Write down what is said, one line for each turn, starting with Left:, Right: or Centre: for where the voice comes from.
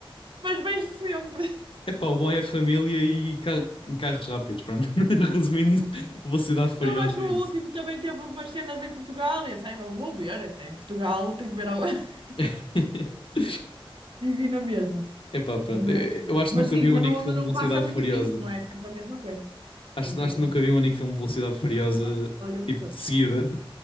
Right: Mas vejo sempre.
Left: Epá, o bom é a família e ca- carros rápidos, pronto. <laughs> Resumindo, Velocidade Furiosa
Right: Não, acho que
Left: é
Right: o
Left: isso.
Right: último também teve umas cenas em Portugal e assim, "Ah, vou ver, até em Portugal tenho que ver algo. <laughs>
Left: <laughs>
Right: E vi na mesma.
Left: Epá, pronto.
Right: Mas,
Left: Eu eu acho
Right: mas
Left: que nunca
Right: sim,
Left: vi o
Right: mas
Left: único
Right: não,
Left: filme
Right: não
Left: de Velocidade
Right: passa muito
Left: Furiosa.
Right: disso, não é? É sempre a mesma coisa.
Left: Acho,
Right: É sempre
Left: acho que
Right: a
Left: nunca
Right: mesma
Left: vi um único filme de Velocidade Furiosa,
Right: coisa. Olha, eu vi
Left: tipo,
Right: todos.
Left: de seguida.